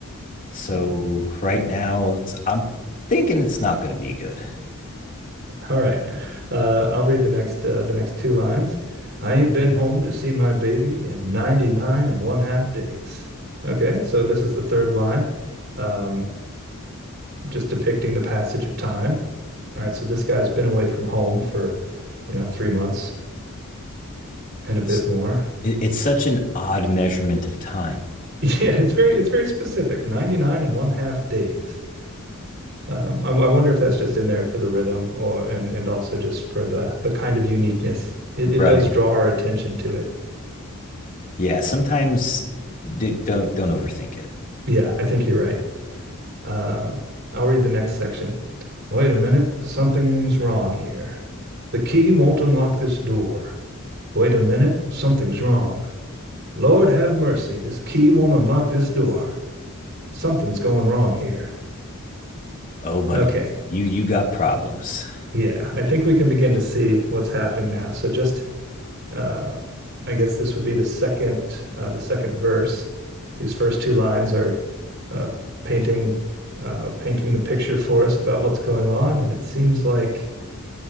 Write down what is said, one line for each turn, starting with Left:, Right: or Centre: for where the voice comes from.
Left: So
Right: uh,
Left: right now, it's, I'm thinking it's not going to be good.
Right: All right. Uh, I'll read the next uh, the next two lines. I ain't been home to see my baby in 99 and one half days. Okay, so this is the third line, um, just depicting the passage of time. All right, so this guy's been away from home for, you know, three months and a bit
Left: It's,
Right: more. <laughs>
Left: it- it's such an odd measurement of time.
Right: Yeah, it's very it's very specific. 99 and one half days. Um, I, I wonder if that's just in there for the rhythm or and and also just for the the kind of uniqueness. It, it
Left: Right.
Right: does draw our attention to it.
Left: Yeah. Sometimes d- don't don't overthink it.
Right: Yeah, I think you're right. Uh, I'll read the next section. Wait a minute, something's wrong here. The key won't unlock this door. Wait a minute, something's wrong. Lord have mercy, this key won't unlock this door. Something's going wrong here.
Left: Oh, buddy,
Right: Okay,
Left: you you got problems.
Right: yeah, I think we can begin to see what's happening now. So just uh, I guess this would be the second uh, the second verse. These first two lines are uh, painting uh, painting the picture for us about what's going on, and it seems like